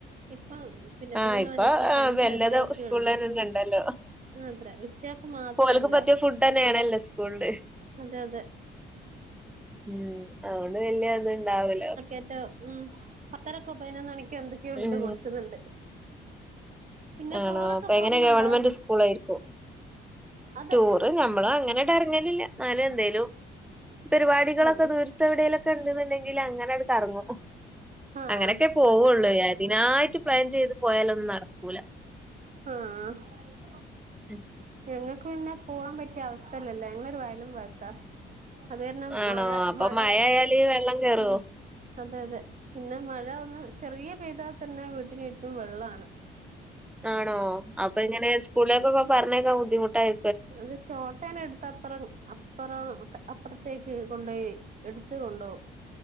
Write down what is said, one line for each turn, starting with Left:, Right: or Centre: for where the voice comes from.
Right: ഇപ്പം പിന്നെ
Centre: ആഹ്
Right: പിന്നെ ഒന്ന്
Centre: ഇപ്പൊ
Right: എനിക്ക് കഞ്ഞി
Centre: വല്ലതും
Right: എന്തോക്കെയോ
Centre: സ്കൂളിലന്നെ
Right: ഉണ്ട്
Centre: ഉണ്ടല്ലോ
Right: അതെ ഉച്ചക്ക് മാത്രമല്ല
Centre: ഓൽക്ക് പറ്റിയ ഫുഡ് തന്നെയാണല്ലോ സ്കൂളില്
Right: അതെ അതെ
Centre: ഉം അതുകൊണ്ട് പിന്നെ അത് ഇണ്ടാവലോ
Right: ഏറ്റോ ഉം പത്തരക്കോ പതിനൊന്ന് മണിക്കോ എന്തൊക്കെയോ ണ്ട്
Centre: ഉം
Right: കൊടുക്കുന്നുണ്ട് പിന്നെ
Centre: ആണോ
Right: ടൂറൊക്കെ
Centre: അപ്പ
Right: പോകുന്നുണ്ടോ
Centre: എങ്ങനെ ഗവൺമെന്റ് സ്കൂൾ ആയിരിക്കോ
Right: അതെ
Centre: ടൂറ് നമ്മള് അങ്ങനെ കറങ്ങലില്ല എന്നാലും എന്തേലും പരിപാടികളൊക്കെ
Right: ആഹ്
Centre: തീ ത്ത് എവിടേലുമൊക്കെ ഉണ്ടെന്നുണ്ടെങ്കിൽ അങ്ങനെ അങ്ങട് ഇറങ്ങും
Right: ആഹ്
Centre: അങ്ങനെയൊക്കെ പോവുള്ളൂ അതിനായിട്ട് പ്ലാൻ ചെയ്ത് പോയാലൊന്നും നടക്കൂല
Right: ആഹ് അഹ്
Centre: ഉം
Right: ഞങ്ങൾക്ക് പിന്നെ പോവാൻ പറ്റിയ അവസ്ഥയിലല്ല ഞങ്ങളൊരു വയലും വത്താ അത് കാരണം
Centre: ആണോ
Right: മഴ
Centre: അപ്പൊ
Right: മഴ
Centre: മഴയായാല് വെള്ളം കേറോ
Right: ഉം അതെ അതെ പിന്നെ മഴ ഒന്ന് ചെറിയ പെയ്താൽ തന്നെ വീട്ടിന് ചുറ്റും വെള്ളമാണ്
Centre: ആണോ അപ്പൊ ഇങ്ങനെ സ്കൂളിലേക്ക് ഒക്കെ പറഞ്ഞയക്കാൻ ബുദ്ധിമുട്ടായി
Right: അത് ചോട്ടേനെ എടുത്ത് അപ്പറം അപ്പുറം അപ്പുറത്തേക്ക് കൊണ്ടോയി എടുത്ത് കൊണ്ടോവും